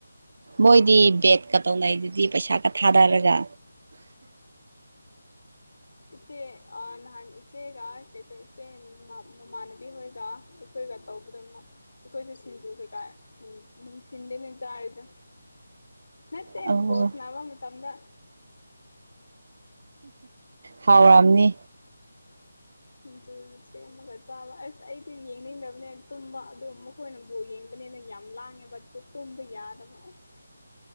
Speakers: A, on the right; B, on the left.
A: ꯃꯣꯏꯗꯤ ꯕꯦꯠꯀ ꯇꯧꯅꯩꯗꯨꯗꯤ ꯄꯩꯁꯥꯒ ꯊꯥꯗꯔꯒ
B: ꯏꯆꯦ ꯅꯍꯥꯟ ꯏꯆꯦꯒ ꯀꯩꯀꯣꯏ ꯏꯆꯦ ꯃꯃꯥꯟꯅꯕꯤ ꯍꯣꯏꯒ ꯑꯩꯈꯣꯏꯒ ꯇꯧꯕꯗ ꯃꯥ ꯑꯩꯈꯣꯏꯁꯨ ꯁꯤꯡꯖꯨ ꯀꯩꯀꯥ ꯅꯨꯡꯊꯤꯟꯗꯅꯦ ꯆꯥꯔꯤꯗ ꯅꯠꯇꯦ
A: ꯑꯣ
B: ꯕꯣꯜ ꯁꯟꯅꯥꯕ ꯃꯇꯝꯗ
A: ꯍꯥꯎꯔꯝꯅꯤ
B: ꯁꯤꯡꯖꯨ ꯁꯦꯝꯃꯒ ꯆꯥꯕ ꯑꯁ ꯑꯩꯗꯤ ꯌꯦꯡꯅꯤꯡꯗꯕꯅꯦ ꯇꯨꯝꯕ ꯑꯗꯨ ꯑꯃꯨꯛ ꯑꯩꯈꯣꯏꯅ ꯕꯣꯜ ꯌꯦꯡꯕꯅꯤꯅ ꯌꯥꯝ ꯂꯥꯡꯉꯦꯕ ꯑꯗꯨ ꯇꯨꯝꯕ ꯌꯥꯗꯕ ꯑꯁ